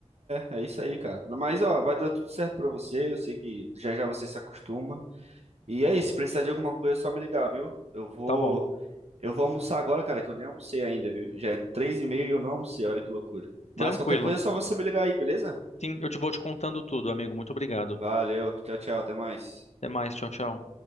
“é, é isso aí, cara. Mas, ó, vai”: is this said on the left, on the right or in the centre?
Right